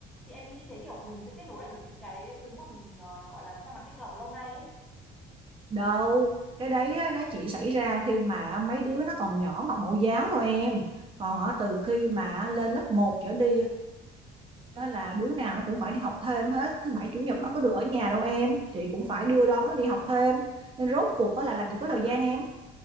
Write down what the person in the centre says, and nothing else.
Thì em nghĩ như thế kiểu mình sẽ kết nối lại được những cái thứ mà mình ờ, gọi là xa mặt cách lòng lâu nay ấy